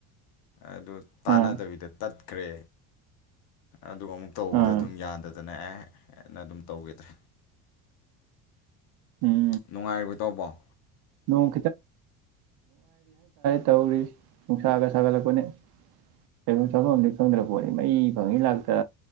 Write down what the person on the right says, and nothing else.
ꯑꯥ
ꯑꯥ
ꯎꯝ
ꯅꯣꯡ ꯇꯧꯔꯤ ꯅꯨꯡꯁꯥꯒ ꯁꯥꯒꯠꯂꯛꯄꯅꯦ ꯀꯥꯏꯐꯝ ꯆꯥꯐꯝ ꯑ ꯈꯪꯗ꯭ꯔꯄꯣꯠꯅꯤ ꯃꯩ ꯐꯪꯉꯤ ꯂꯥꯛꯇ